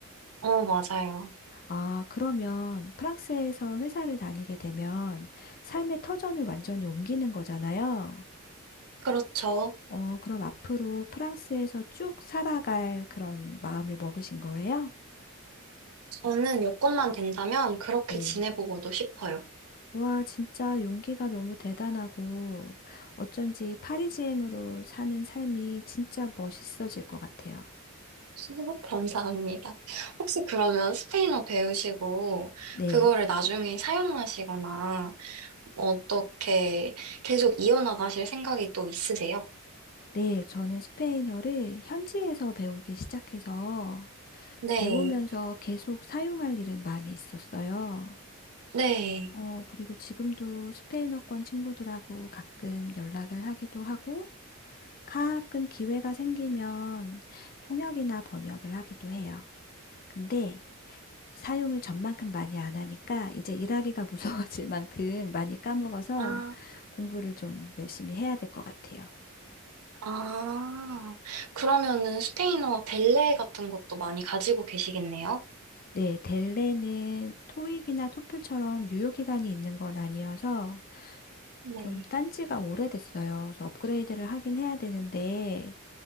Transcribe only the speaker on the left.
아, 그러면 프랑스에서 회사를 다니게 되면 삶의 터전을 완전히 옮기는 거잖아요?
어, 그럼 앞으로 프랑스에서 쭉 살아갈 그런 마음을 먹으신 거예요?
네.
와, 진짜 용기가 너무 대단하고 어쩐지 파리지앵으로 사는 삶이 진짜 멋있어질 것 같아요.
네.
네, 저는 스페인어를 현지에서 배우기 시작해서
배우면서 계속 사용할 일은 많이 있었어요.
어, 그리고 지금도 스페인어권 친구들하고 가끔 연락을 하기도 하고 가끔 기회가 생기면 통역이나 번역을 하기도 해요. 근데 사용을 전만큼 많이 안 하니까 이제 일하기가 <laughs> 무서워질 만큼 많이 까먹어서
공부를 좀 열심히 해야 될 것 같아요.
네, 델레는 토익이나 토플처럼 유효 기간이 있는 건 아니어서
좀 딴지가 오래됐어요. 그래서 업그레이드를 하긴 해야 되는데